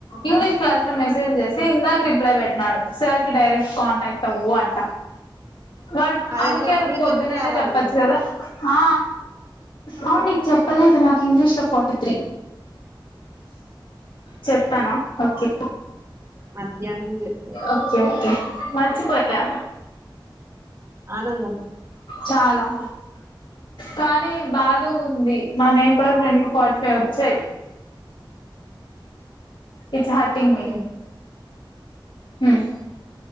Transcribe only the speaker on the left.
ఇంగ్లీష్ క్లాస్ లో మెసేజ్
చేసి ఇందాక రిప్ ప్లై పెట్టినాడు సార్ కి డైరెక్ట్ కాంటాక్ట్ అవ్వు అంట వాడు
ఆ ముక్కేదో
పొద్దునేనే
చెప్పచ్చు కదా ఆ అవును నీకు చెప్పలేదు నాకు ఇంగ్లీష్ లో ఫార్టీ త్రీ చెప్తానా ఓకే
ఓకే ఓకే మర్చిపోయా
చాలా కానీ బాధ గుంది మా నేపాల్ ఫ్రెండ్ కి ఫార్టీ ఫైవ్ వచ్చాయి it's hurting
me um